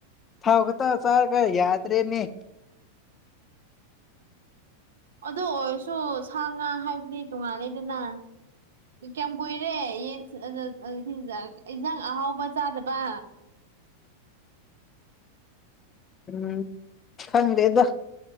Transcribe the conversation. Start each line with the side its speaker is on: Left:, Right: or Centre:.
Left: ꯊꯥꯎ ꯈꯛꯇ ꯆꯥꯔꯒ ꯌꯥꯗ꯭ꯔꯦꯅꯦ
Right: ꯑꯗꯨ ꯑꯣꯏꯔꯁꯨ ꯁꯥ ꯉꯥ ꯍꯥꯏꯕꯗꯤ ꯇꯣꯉꯥꯜꯂꯦꯗꯅ ꯀꯌꯥꯝ ꯀꯨꯏꯔꯦ ꯌꯦꯟ <unintelligible> ꯏꯟꯖꯥꯡ ꯑꯍꯥꯎꯕ ꯆꯥꯗꯕ
Left: ꯎꯝ ꯈꯪꯗꯦꯗꯣ